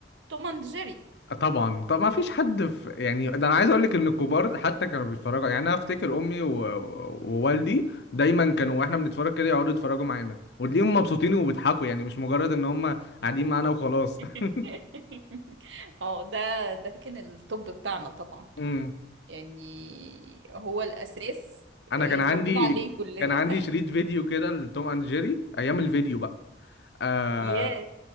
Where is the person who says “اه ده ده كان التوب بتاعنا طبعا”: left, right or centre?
Right